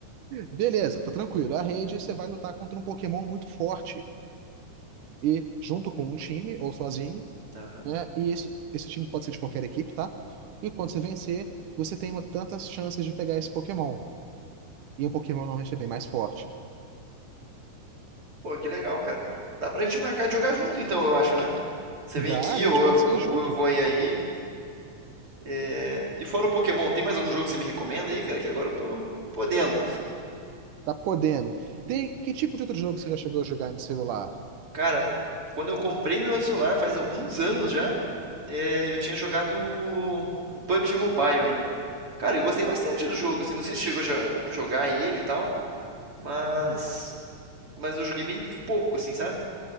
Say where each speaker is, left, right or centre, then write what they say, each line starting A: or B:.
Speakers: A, on the right; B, on the right.
A: Beleza, tá tranquilo. A rede você vai lutar contra um Pokémon muito forte e junto com um time ou sozinho,
B: Aham.
A: né? E esse, esse time pode ser de qualquer equipe, tá? E quando você vencer, você tem uma- tantas chances de pegar esse Pokémon. E um Pokémon normalmente é bem mais forte.
B: Pô, que legal, cara. Dá pra gente marcar de jogar junto, então, eu acho, né? Você
A: Dá,
B: vem aqui
A: a gente
B: ou
A: pode
B: eu vou,
A: sair junto.
B: ou eu vou ir aí. É, E fora o Pokémon, tem mais algum jogo que você me recomenda aí, cara? Que agora eu tô podendo.
A: Tá podendo. Tem que tipo de outro jogo você já chegou a jogar no celular?
B: Cara, quando eu comprei meu outro celular, faz alguns anos já, é, eu tinha jogado o o PUBG Mobile, né? Cara, eu gostei bastante do jogo, assim, não sei se chegou a jo- jogar ele e tal, mas
A: Hum,
B: mas eu joguei bem pouco, assim, sabe?